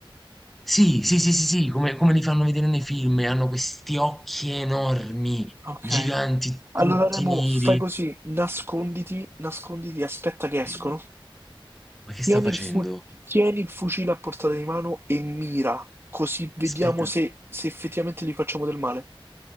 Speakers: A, in the centre; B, on the right.
A: sì, sì, sì, sì, sì, come come li fanno vedere nei film, e hanno questi occhi enormi,
B: Okay.
A: giganti,
B: Allora
A: tutti
B: Remo,
A: neri.
B: fai così, nasconditi, nasconditi, aspetta che escono.
A: Dio, ma che
B: Tieni
A: sta facendo?
B: il fu- tieni il fucile a portata di mano e mira, così vediamo
A: Aspetta,
B: se, se effettivamente gli facciamo del male.